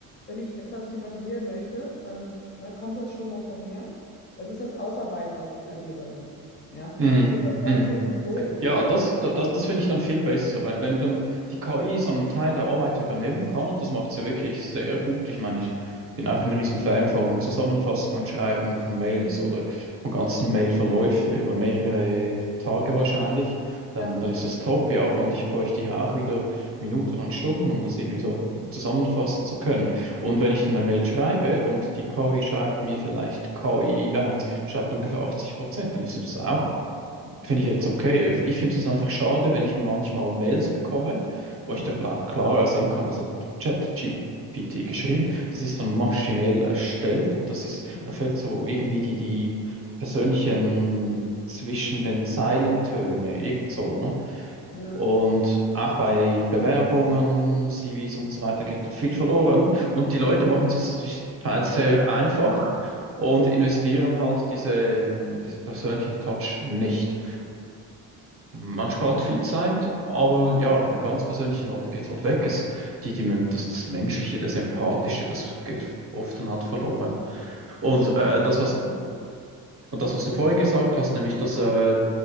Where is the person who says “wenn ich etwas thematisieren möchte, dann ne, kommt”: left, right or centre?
Left